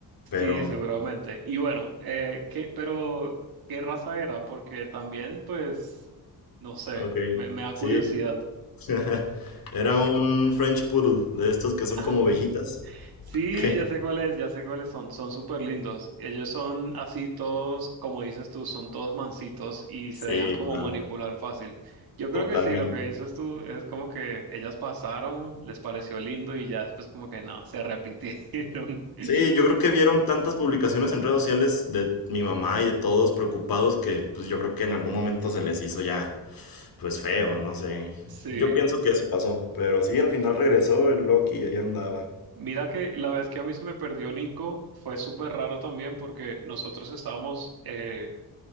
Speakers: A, on the left (about 60°); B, on the right (about 60°).
A: Pero,
B: Sí, seguramente. Y bueno, eh, ¿qué, pero qué raza era? Porque también, pues, no sé,
A: ok,
B: me, me da
A: sí.
B: curiosidad.
A: <laughs> Era un French Poodle, de estos que son
B: Ah.
A: como ovejitas.
B: Sí,
A: <laughs>
B: ya sé cuáles, ya sé cuáles son, son súper lindos. Ellos son así todos, como dices tú, son todos mansitos y
A: Sí,
B: se dejan como
A: claro,
B: manipular fácil. Yo
A: totalmente.
B: creo que sí, lo que dices tú es como que ellas pasaron, les pareció lindo y ya después como que no, se arrepintieron. <laughs>
A: Sí, yo creo que vieron tantas publicaciones en redes sociales de mi mamá y de todos preocupados que pues yo creo que en algún momento se les hizo ya pues feo, no sé.
B: Sí,
A: Yo pienso que eso pasó, pero sí, al final regresó el Loki y ahí andaba.
B: mira que la vez que a mí se me perdió Nico fue súper raro también porque nosotros estábamos, eh,